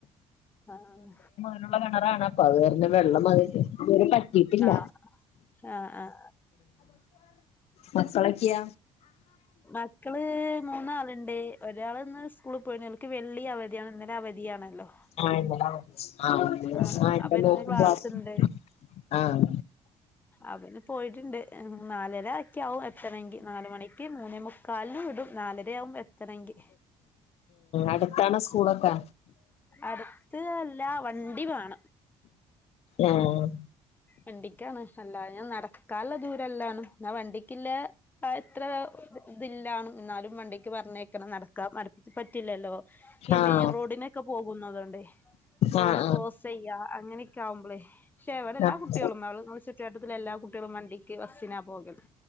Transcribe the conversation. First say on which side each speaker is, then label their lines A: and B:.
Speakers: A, on the left (about 15°); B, on the left (about 65°).
A: ആഹ്
B: ഉള്ള കിണറാണപ്പം അയ് കാരണം വെള്ളം പറ്റിട്ടില്ല
A: ആഹ് ആഹ് ആഹ്
B: മക്കളൊക്ക്യ
A: മക്കള് മൂന്നാളുണ്ട് ഒരാള് ഇന്ന് സ്കൂള്പോയി ഓൽക്ക് വെള്ളി അവധിയാണ് ഇന്നലെ അവധിയാണല്ലോ
B: ആ ഇന്നലെ അവധിയാ
A: ആഹ്
B: ആ ഇന്റെ
A: അപ്പൊ ഇന്ന്
B: മോൾക്കും
A: ക്ലാസ്ണ്ട്
B: ക്ലാസ് ഇണ്ട് ആഹ്
A: അവന് പോയിട്ടുണ്ട് നാലരൊക്യ ആവും എത്തണെങ്കി നാല് മണിക്ക് മൂന്നേ മുക്ക ക്കാലിന് വിടും നാലരയാവും എ ത്തണങ്കി ഉം
B: അടുത്താണോ സ്കൂളൊക്കെ
A: അടുത്ത് അല്ല വണ്ടി വാണം
B: ആഹ്
A: വണ്ടിക്കാണ് അല്ലാഞാ നടക്കാല്ല ദൂരല്ലാണ് എന്നാ വണ്ടിക്കില്ലേ ആ ഇത്ര ഇതില്ലാണും ഇന്നാലും വണ്ടിക്ക് പറഞ്ഞേയക്കണം നടക്കാം അടു പറ്റില്ലല്ലോ ഈ
B: ആഹ്
A: മെയിൻ റോഡിനൊ ക്കെ പോകുന്നതോണ്ടേയ് റോഡ്
B: ആഹ് ആഹ്
A: ക്രോസ് ചെയ്യ അങ്ങനെയൊക്കെ ആവുമ്പളേയ് പക്ഷേ ഇവടെ എല്ലാ
B: ആഹ്
A: കു ഞങ്ങളും ഞങ്ങളെ ചുറ്റ് വട്ടത്തി ഉള്ള എല്ലാ കുട്ടികളും വണ്ടിക്ക് ബസ്സിനാ പോകല്